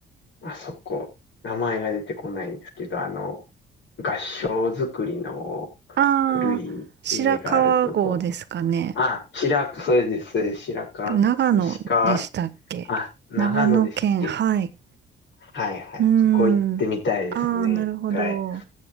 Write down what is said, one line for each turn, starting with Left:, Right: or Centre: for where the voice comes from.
Left: あそこ、名前が出てこないんですけど、あの、合掌造りの
Right: ああ、
Left: 古い家があるとこ。
Right: 白川郷ですかね。
Left: あ、白川、それです、それです、白川郷。
Right: 長野でしたっけ長野県、
Left: 石川、あ、長野ですっけ。
Right: はい。
Left: はいはい。
Right: うーん。
Left: そこ行ってみたいですね、
Right: ああ、なるほど。
Left: 一回。